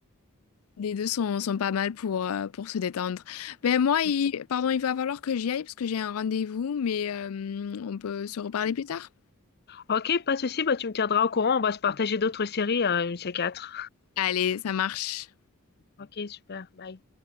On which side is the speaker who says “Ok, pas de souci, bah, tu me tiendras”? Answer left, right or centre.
Left